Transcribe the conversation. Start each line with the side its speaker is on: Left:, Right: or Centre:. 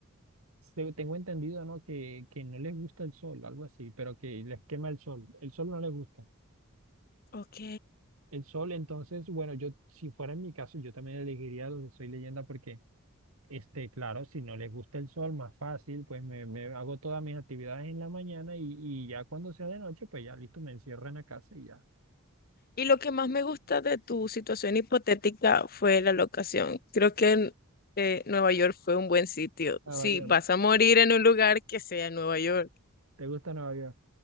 Right: se- tengo entendido, ¿no? Que, que no les gusta el sol, algo así, pero que les quema el sol. El sol no les gusta.
Left: Ok.
Right: El sol, entonces, bueno, yo si fuera en mi caso, yo también elegiría los de Soy Leyenda porque Este, claro, si no les gusta el sol, más fácil, pues me, me hago todas mis actividades en la mañana y, y ya cuando sea de noche, pues ya listo, me encierro en la casa y ya.
Left: Y lo que más me gusta de tu situación hipotética fue la locación. Creo que en- eh, Nueva York fue un buen sitio.
Right: Nueva
Left: Si
Right: York,
Left: vas a morir en un lugar, que sea en Nueva York.
Right: ¿te gusta Nueva York?